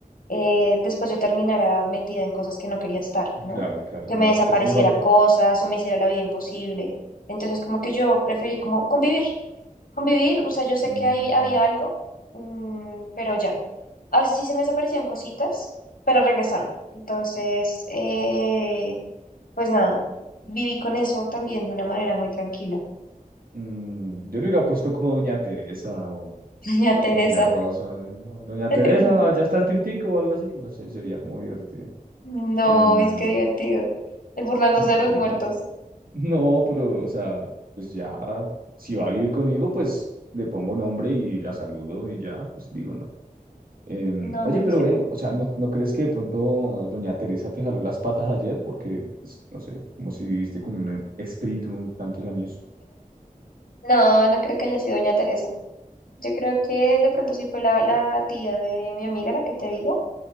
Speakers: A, on the left; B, on the right.
A: eh, después yo terminara metida en cosas que no quería estar, ¿no?
B: Claro, claro,
A: Que
B: no,
A: me desapareciera
B: si es mejor.
A: cosas o me hiciera la vida imposible. Entonces, como que yo preferí como convivir, convivir, o sea, yo sé
B: Mm,
A: que hay- había algo, mm, pero ya. A veces sí se me desaparecían cositas, pero regresaban. Entonces, eh, pues nada, viví con eso también de una manera muy tranquila.
B: Mm, yo le hubiera puesto como Doña Teresa o,
A: Doña Teresa.
B: o Doña Rosa. eh, no, Doña Teresa,
A: <laughs> No,
B: ya está el tintico o algo así. No sé, sería como divertido.
A: no,
B: Em,
A: es que divertido. El burlándose
B: <laughs>
A: de los
B: sí.
A: muertos.
B: No, pero, o sea, pues ya, si va a vivir conmigo, pues le pongo nombre y la saludo y ya, pues digo, no. Em,
A: No,
B: oye,
A: no
B: pero
A: sé.
B: ven, o sea, ¿no, no crees que de pronto Doña Teresa te jaló las patas ayer? Porque, pues, no sé, como si viviste con un espíritu tantos años.
A: No, no creo que haya sido Doña Teresa. Yo creo que de pronto sí fue la, la tía de mi amiga la que te digo.